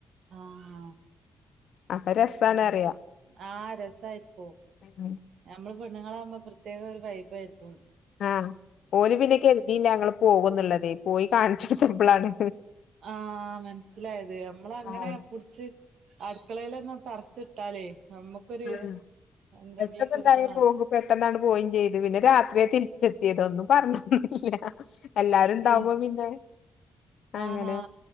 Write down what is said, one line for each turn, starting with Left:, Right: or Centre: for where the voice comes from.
Right: ആഹ്
Left: അപ്പൊ രസാണ്
Right: അതന്നെ
Left: അറിയ
Right: ആഹ് രസായിര്ക്കും
Left: ഉം
Right: ഞമ്മള് പെണ്ണുങ്ങളാവുമ്പോ പ്രത്യേക ഒരു വൈബായിര്ക്കും
Left: ആഹ് ഓല് പിന്നെ കര്തീല്ല ഞങ്ങള് പോകുന്ന്ള്ളതേ പോയി കാൺച്ചൊട്ത്തപ്പളാണ്
Right: ആഹ് മനസ്സിലായത് നമ്മളങ്ങനെ
Left: ആഹ്
Right: പുട് ച്ച് അട്ക്കളേലെന്നെ തർച്ചിട്ടാലേ ഞമ്മക്ക് <unintelligible>
Left: ആഹ്
Right: എന്തെങ്കിലൊക്കൊര്ത്
Left: പെട്ടെന്നുണ്ടായ
Right: വാണം
Left: പോകും പെട്ടെന്നാണ്ട് പോയും ചെയ്ത് പിന്നെ രാത്രിയാ തിരിച്ചെത്തിയത് ഒന്നും പറഞ്ഞിട്ടൊന്നുല്ല്യാ എല്ലാരുണ്ടാവുമ്പോ
Right: ഈ
Left: പിന്നെ അങ്ങനെ
Right: ആഹാ